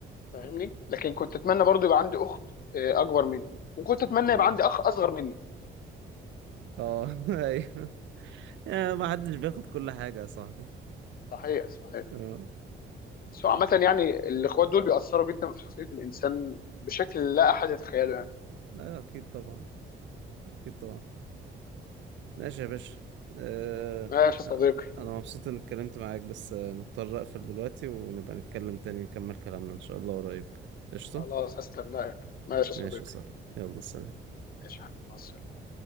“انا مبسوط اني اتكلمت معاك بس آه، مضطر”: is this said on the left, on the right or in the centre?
Right